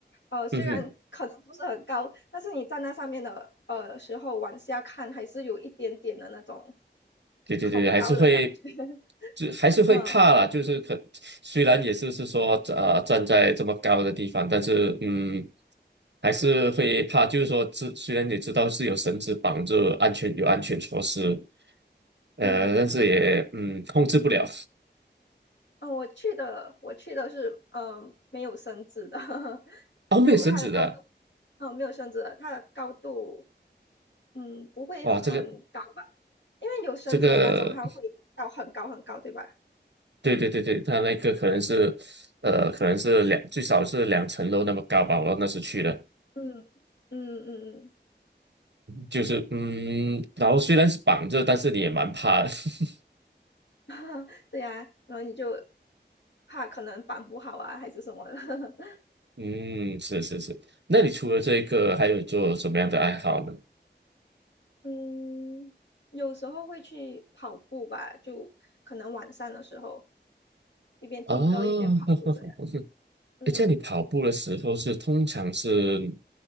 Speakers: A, on the left; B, on the right.
A: 呃，虽然可能不是很高，
B: 嗯哼，
A: 但是你站在上面的呃时候往下看，还是有一点点的那种
B: 对对对，
A: 恐高的感觉。
B: 还是会，
A: <laughs>
B: 就还是会怕啦，
A: 嗯
B: 就是可虽然也是是说呃站在这么高的地方，但是嗯，还是会怕，就是说知虽然你知道是有绳子绑住安全有安全措施，呃，
A: 嗯，
B: 但是也嗯控制不了。
A: 哦哦我去的我去的是嗯，没有绳子的，<laughs>
B: 哦，没有绳子的。
A: 就它的高度，嗯、没有绳子的，它的高度，嗯，不会很高吧？
B: 哇，这个
A: 因为有绳子的那种，
B: 这个，
A: 它会到很高很高，对吧？
B: 对对对对，它那个可能是，呃，可能是两，最少是两层楼那么高吧。我那时去的，
A: 嗯嗯嗯
B: 就是嗯，然后虽然是绑着，但是你也蛮怕的。<laughs>
A: 嗯，<laughs> 对呀、然后你就怕可能绑不好啊，还是什么的。<laughs>
B: 嗯，是是是。那你除了这个，还有做什么样的爱好呢？
A: 嗯，有时候会去跑步吧，就可能晚上的时候，一边听歌一边跑步这样。
B: 哦，<laughs>
A: 嗯
B: 诶这样你跑步的时候是通常是